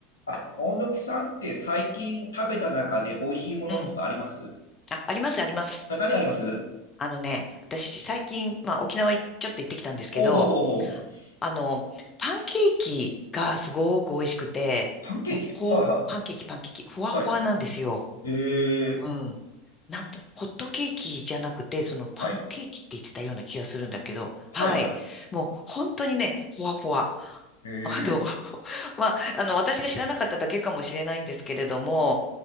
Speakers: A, on the left; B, on the left.
A: あ、大貫さんって最近食べた中で美味しいものとかあります
B: うん。あ、あります、あります。
A: え何あります
B: あのね、私、最近、まあ、沖縄いちょっと行ってきたんですけど、
A: おうほうほうほう。
B: あの、パンケーキがすごく美味しくて、
A: パンケーキはいは
B: もう、ほう、パンケーキ、パンケーキ、ふわふわなんですよ。
A: い。はい。ええ
B: うん。なんと、ホットケーキじゃなくて、そのパンケーキって言ってたような気がするんだけど、
A: はい。はいはい。
B: はい。もう、本当にね、ふわふわ。
A: ええ
B: あの、<laughs> まあ、あの、私が知らなかっただけかもしれないんですけれども、